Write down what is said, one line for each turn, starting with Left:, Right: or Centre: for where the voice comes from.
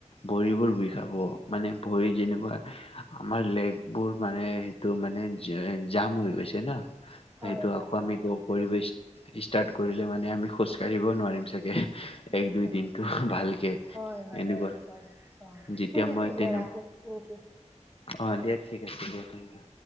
Left: ভৰিবোৰ বিষাব মানে ভৰি যেনেুৱা আমাৰ লেগবোৰ মানে সেইটো মানে জাম হৈ গৈছে ন।
Right: হয়
Left: সেইটো
Right: হয়
Left: আকৌ
Right: ঠিকেই
Left: আমি ক
Right: ক'লা।
Left: কৰিবচ। <unintelligible> ষ্টাৰ্ট কৰিলে মানে আমি খোজ কাঢ়িব নোৱাৰিম চাগে। এক দুই
Right: অ
Left: দিনটো ভালকে
Right: হয় হয়
Left: এনেকুৱা
Right: ঠিকে ক অ
Left: যেতিয়া
Right: ঠিক, আছে
Left: মই
Right: দিয়া
Left: তেনে
Right: ৰাখো থেংক ইউ।
Left: অ দিয়া ঠিক আছে দিয়া থেংক ইউ।